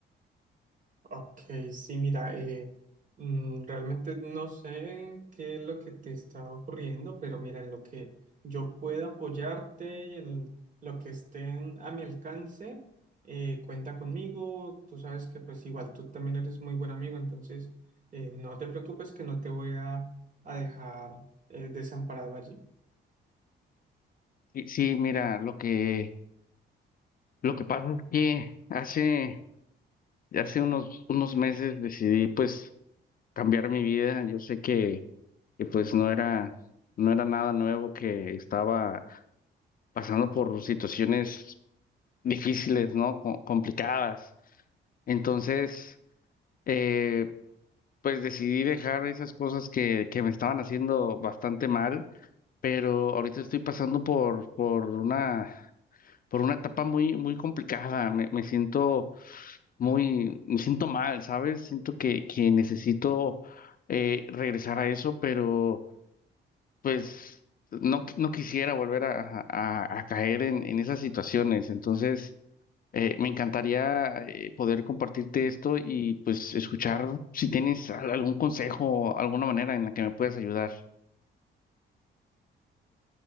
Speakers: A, on the right; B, on the left.
A: Ok, sí, mira, eh, mm, realmente no sé qué es lo que te está ocurriendo, pero mira, en lo que yo pueda apoyarte y en lo que esté en- a mi alcance, eh, cuenta conmigo. Tú sabes que pues igual tú también eres muy buen amigo, entonces eh, no te preocupes que no te voy a, a dejar eh, desamparado allí.
B: Sí, sí, mira, lo que, lo que pasa es que hace... Ya hace unos, unos meses decidí pues cambiar mi vida. Yo sé que, que, pues no era, no era nada nuevo, que estaba pasando por situaciones difíciles, ¿no? Co- complicadas. Entonces, eh, pues decidí dejar esas cosas que, que me estaban haciendo bastante mal, pero ahorita estoy pasando por, por una, por una etapa muy, muy complicada. Me, me siento muy, me siento mal, ¿sabes? Siento que, que necesito eh, regresar a eso, pero pues no, qui- no quisiera volver a, a- a caer en, en esas situaciones. Entonces, eh, me encantaría eh, poder compartirte esto y pues escuchar si tienes al- algún consejo, alguna manera en la que me puedas ayudar.